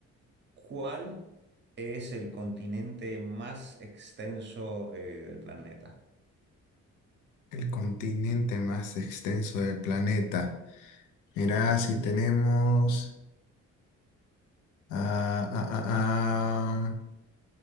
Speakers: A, on the right; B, on the left.
A: ¿Cuál es el continente más extenso eh, del planeta?
B: El continente más extenso del planeta. Mirá, si tenemos. Ah, ah, ah, ah.